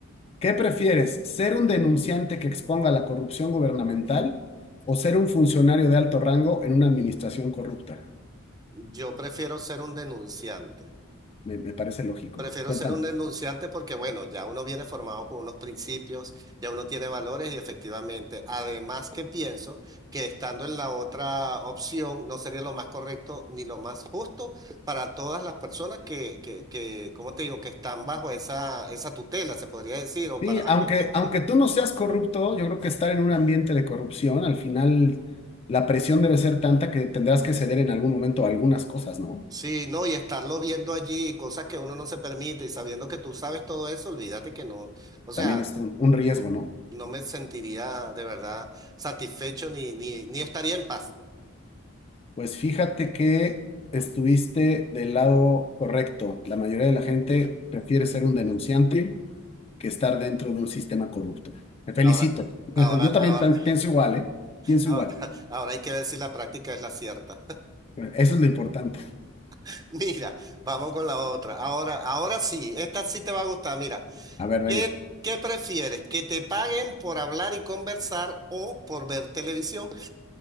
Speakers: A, on the left; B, on the right.
A: ¿Qué prefieres, ser un denunciante que exponga la corrupción gubernamental o ser un funcionario de alto rango en una administración corrupta?
B: Yo prefiero ser un denunciante.
A: Me, me parece lógico.
B: Prefiero
A: Cuéntame.
B: ser un denunciante porque, bueno, ya uno viene formado con unos principios, ya uno tiene valores y efectivamente, además que pienso que estando en la otra opción no sería lo más correcto ni lo más justo para todas las personas que, que, que, ¿cómo te digo?, que están bajo esa, esa tutela, se podría decir, o para
A: Sí,
B: las
A: aunque,
B: que afectaría.
A: aunque tú no seas corrupto, yo creo que estar en un ambiente de corrupción, al final la presión debe ser tanta que tendrás que ceder en algún momento a algunas cosas, ¿no?
B: Sí, no, y estarlo viendo allí, cosas que uno no se permite, y sabiendo que tú sabes todo eso, olvídate que no, o sea,
A: También es un, un riesgo,
B: no,
A: ¿no?
B: no me sentiría de verdad satisfecho ni, ni, ni estaría en paz.
A: Pues fíjate que estuviste del lado correcto. La mayoría de la gente prefiere ser un denunciante que estar dentro de un sistema corrupto. Me felicito.
B: Ahora, ahora,
A: <laughs> Yo también
B: ahora,
A: pe- pienso igual, ¿eh?
B: <laughs>
A: Pienso
B: ahora,
A: igual.
B: ahora hay que ver si la práctica es la cierta.
A: Eso es lo importante.
B: <laughs> Mira, vamos con la otra. Ahora, ahora sí, esta sí te va a gustar. Mira,
A: A ver, venga.
B: ¿qué, qué prefieres? ¿Que te paguen por hablar y conversar o por ver televisión?